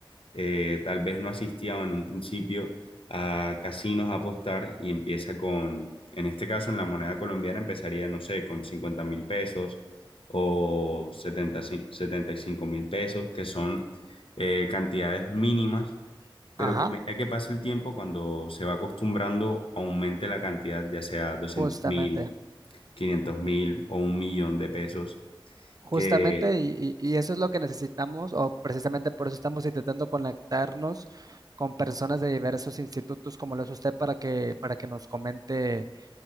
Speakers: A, on the left; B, on the right.
A: eh, tal vez no asistía en un principio a casinos a apostar y empieza con, en este caso en la moneda colombiana empezaría, no sé, con cincuenta mil pesos o setenta ci- setenta y cinco mil pesos, que son eh, cantidades mínimas, pero
B: Ajá,
A: que a medida que pase el tiempo, cuando se va acostumbrando, aumente la cantidad, ya sea doscientos
B: justamente.
A: mil, quinientos mil o un millón de pesos,
B: Justamente,
A: que
B: y, y- y eso es lo que necesitamos, o precisamente por eso estamos intentando conectarnos con personas de diversos institutos como lo es usted para que, para que nos comente,